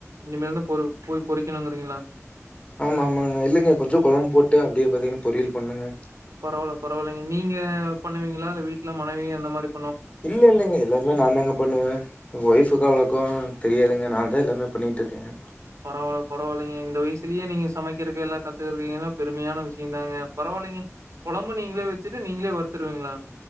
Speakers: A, on the right; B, on the left.
A: இனிமேல் தான் போய் பொரிக் கணுங்கறீங்களா
B: ஆமா ஆமாங்க இல்லைங்க கொஞ்சம் குழம்பு போட்டு அப்படியே பாத்தீங்கன்ன பொரியல் பண்ணுங்க
A: பரவாயில்ல பரவாயில்லைங்க நீங்க பண்ணுவீங்களா இல்ல வீட்டுல மனைவி அந்த மாதிரி
B: இல்ல இல்லைங்க எல்லாமே நான தாங்க பண்ணுவேன் வைஃப்க்கு அவ்வளக்கா தெரியாதுங்க நான் தான் எல்லாமே பண்ணிட்டுன் இருக்க
A: பரவாயில்ல பரவாயில்லைங்க இந்த வயசுலயே நீங்க சமைக்கிறக்க எல்லா கத்துக்கக்கீங்கன்னும் பெருமையான விஷயம் தாங்க பரவாயில்லைங்க குழம்பு நீங்களே வச்சுட்டு நீங்களே வருத்துருவீங்களா